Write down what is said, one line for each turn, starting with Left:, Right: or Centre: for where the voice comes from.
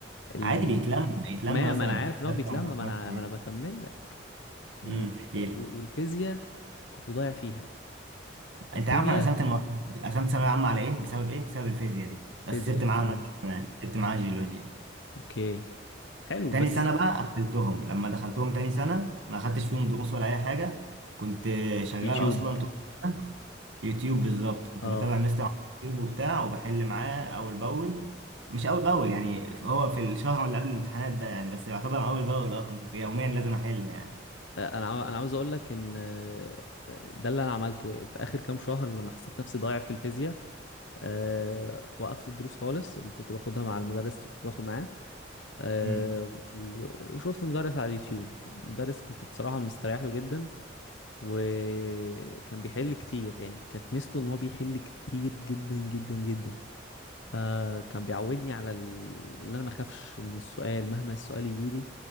Left: ال...
Right: عادي بيتلم بيتلم
Left: ما
Right: مثلا
Left: ما انا عارف
Right: في
Left: ان
Right: ثلاث
Left: هو بيتلم
Right: اربع
Left: ما
Right: خمس
Left: انا
Right: ايام
Left: ما انا بكمل لك و...
Right: امم احكي
Left: و-
Right: لي
Left: والفيزياء كنت ضايع فيها الكيمياء
Right: انت عارف انا قسمت المواد قسمت ثانويه عامه على ايه بسبب ايه بسبب الفيزياء دي
Left: الفيزياء
Right: بس سبت معاها
Left: امم
Right: ماده كمان سبت معاها جيولوجيا
Left: اوكي حلو
Right: تاني
Left: بس
Right: سنة بقى قفلتهم لما دخلتهم تاني سنة ما خدتش فيهم دروس ولا أي حاجة كنت شغال
Left: يوتيوب
Right: أصلا طول السنة يوتيوب بالظبط كنت
Left: اه
Right: بتابع مستر على يوتيوب وبتاع وبحل معاه أول بأول مش أول بأول يعني هو في الشهر اللي قبل الامتحانات ده يعني بس يعتبر أول بأول أه كنت يوميا لازم أحل يعني
Left: انا عاو- انا عاوز اقول لك ان آه، آه، ده اللي انا عملته يعني في اخر كام شهر لما حسيت نفسي ضايع في الفيزياء آه، وقفت الدروس خالص اللي كنت باخدها مع المدرس اللي كنت باخد معاه آه،
Right: امم
Left: و- وشفت مدرس على اليوتيوب مدرس كنت بصراحة مستريح له جدا وكان بيحل كتير يعني كانت ميزته ان هو بيحل كتير جدا جدا جدا فكان بيعودني على ال... ان انا ما اخافش من السؤال مهما السؤال يجيلي